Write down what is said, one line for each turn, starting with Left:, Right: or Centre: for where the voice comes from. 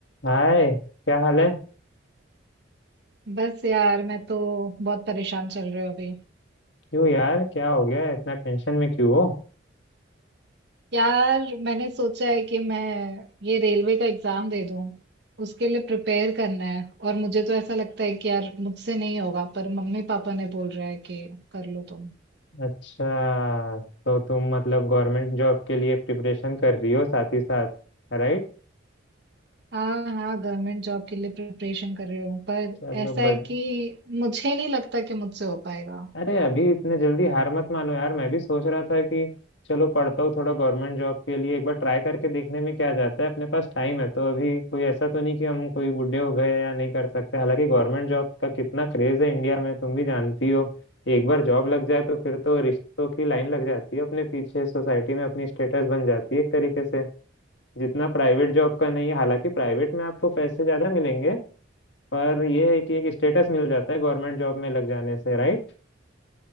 Left: हाय क्या हाल है
Right: बस यार मैं तो बहुत परेशान चल रही हूँ अभी
Left: क्यों यार क्या हो गया इतना टेंशन में क्यों हो
Right: यार मैंने सोचा है कि मैं ये रेलवे का एग्जाम दे दूँ उसके लिए प्रिपेयर करना है और मुझे तो ऐसा लगता है कि यार मुझसे नहीं होगा पर मम्मी पापा ने बोल रहा है कि कर लो तुम
Left: अच्छा तो तुम मतलब गवर्नमेंट जॉब के लिए प्रिपरेशन कर रही हो साथ ही साथ राइट
Right: हाँ हाँ गवर्नमेंट जॉब के लिए प्रिपरेशन कर रही हूँ पर
Left: चलो
Right: ऐसा
Left: बट
Right: है कि मुझे नहीं लगता कि मुझसे हो पाएगा
Left: अरे अभी इतने जल्दी हार मत मानो यार मैं भी सोच रहा था कि चलो पढ़ता हूँ थोड़ा गवर्नमेंट जॉब के लिए एक बार ट्राई करके देखने में क्या जाता है अपने पास टाइम है तो अभी कोई ऐसा तो नहीं कि हम कोई बूढ़े हो गए या नहीं कर सकते हालांकि गवर्नमेंट जॉब का कितना क्रेज है इंडिया में तुम भी जानती हो एक बार जॉब लग जाए तो फिर तो रिश्तों की लाइन लग जाती है अपने पीछे सोसाइटी में अपनी स्टेटस बन जाती है एक तरीके से जितना प्राइवेट जॉब का नहीं है हालांकि प्राइवेट में आपको पैसे ज्यादा मिलेंगे पर यह है कि एक स्टेटस मिल जाता है गवर्नमेंट जॉब में लग जाने से राइट